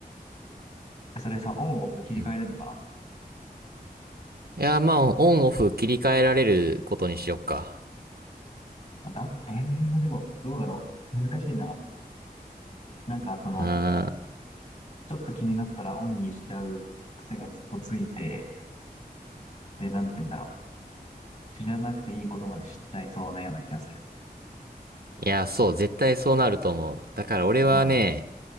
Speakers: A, on the left (about 45°); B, on the right (about 75°).
A: それさ、オンオフ切り替えれるのかな
B: うんいや、まあ、オンオフ切り替えられることにしよっか。
A: まあだ、えー、でも、どうだろう。難しいな。なんか、その、
B: あ
A: ちょっと気になったらオンにしちゃう癖がずっとついて、で、なんて言うんだろう。知らなくていいことまで知っちゃいそうなような気がする。
B: ーいや、そう、絶対そうなると思う。だから俺はね、
A: うん。